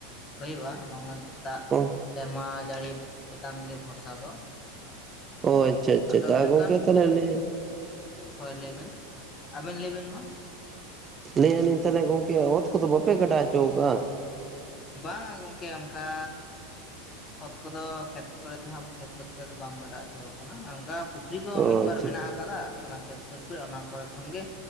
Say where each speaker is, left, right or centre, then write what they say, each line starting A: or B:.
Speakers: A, on the left; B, on the right.
A: ᱦᱩᱭᱩᱜ-ᱟ, ᱱᱚᱣᱟ ᱫᱟᱜ
B: ᱦᱳᱭ
A: ᱥᱮᱨᱢᱟ ᱡᱟᱹᱲᱤ ᱪᱮᱛᱟᱱ ᱜᱮ ᱵᱷᱚᱨᱥᱟ ᱫᱚ᱾
B: ᱚ ᱟᱪᱪᱷᱟ ᱟᱪᱪᱷᱟ,
A: ᱟᱫᱚ
B: ᱟᱨ
A: ᱮᱱᱠᱷᱟᱱ
B: ᱜᱚᱝᱠᱮ ᱛᱟᱞᱦᱮ <unintelligible>
A: ᱦᱳᱭ ᱞᱟᱹᱭᱵᱮᱱ, ᱟᱵᱮᱱ ᱞᱟᱹᱭᱵᱮᱱ ᱢᱟ᱾
B: ᱞᱟᱹᱭᱮᱜ ᱟᱹᱞᱤᱧ ᱛᱟᱦᱚᱞᱮ ᱜᱚᱝᱠᱮ ᱚᱛ ᱠᱚᱫᱚ ᱵᱟᱯᱮ ᱜᱟᱰᱟ ᱦᱚᱪᱚᱠᱟᱜ-ᱟ?
A: ᱵᱟᱝᱟ ᱜᱚᱝᱠᱮ ᱚᱱᱠᱟ ᱚᱛ ᱠᱚᱫᱚ ᱠᱷᱮᱛ ᱠᱚᱨᱮ ᱫᱚ ᱦᱟᱸᱜ ᱠᱷᱮᱛ ᱵᱟᱹᱫᱽ ᱠᱚᱨᱮ ᱫᱚ ᱵᱟᱝ ᱜᱟᱰᱟᱣ ᱦᱚᱪᱚ ᱠᱟᱱᱟ, ᱚᱱᱠᱟ ᱯᱩᱠᱷᱨᱤ ᱠᱚᱸ
B: ᱚ
A: ᱢᱤᱫ ᱵᱟᱨ
B: ᱟᱪᱪᱷᱟ
A: ᱢᱮᱱᱟᱜ ᱟᱠᱟᱫᱟ ᱚᱱᱟ ᱠᱷᱮᱛ ᱥᱩᱨ ᱠᱚᱨᱮ ᱚᱱᱟ ᱠᱚᱨᱮ ᱠᱷᱚᱱ ᱜᱮ